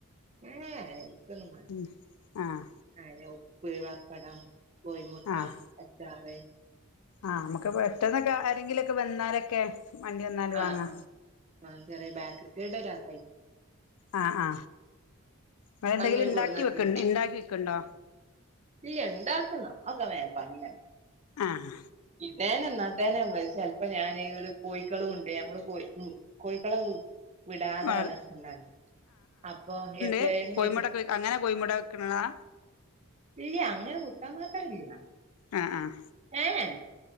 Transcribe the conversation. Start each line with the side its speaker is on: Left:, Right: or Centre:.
Right: ഏ ഏ ഇരിക്കൊന്നും മാണ്ട
Left: ഉം ആഹ്
Right: ഹലോ ഉപ്പ് പപ്പടം കോഴിമുട്ട
Left: ആഹ്
Right: അച്ചാർ
Left: ആഹ് നമുക്ക് പെട്ടെന്നൊക്കെ ആരെങ്കിലൊക്കെ വന്നാലൊക്കെ മണ്ടി വന്നാണ്ട്
Right: ആഹ്
Left: വാങ്ങാ
Right: ആഹ് ആഹ് ചെറിയ ബാക്രിക്കേടെ രാത്രി
Left: ആ ആ വേറെ എന്തെങ്കിലും
Right: അങ്ങനെ
Left: ഇണ്ടാക്കി
Right: കൊടുന്നൊക്കെണ്ട്
Left: വെക്ക് ഇണ്ടാക്കി വയ്ക്ക്ണ്ടോ
Right: ഇല്ല ഇണ്ടാക്കന്നം അ ഒക്കെ വേഗം പണിയാണ്
Left: ആഹ്
Right: ഇതേനെ എന്നാ നടേനെ ചെല്പ്പോ ഞാൻ ഇവിടെ കോഴക്കളുമുണ്ട് നമ്മള് കോഴിക്ക് മു കോഴിക്കളെ വിടാതെ
Left: വളർ
Right: വളർത്ത്ണ്ടാണ് അപ്പൊ എപ്പളേങ്കിലൊക്കെ
Left: ഏ കോഴിമുട അങ്ങനെ കോഴിമുട വക്ക്ണതാ
Right: ഇല്ല അങ്ങനെ കുത്താൻ മാത്രല്ല
Left: ആഹ് ആഹ്
Right: ഏ ഏ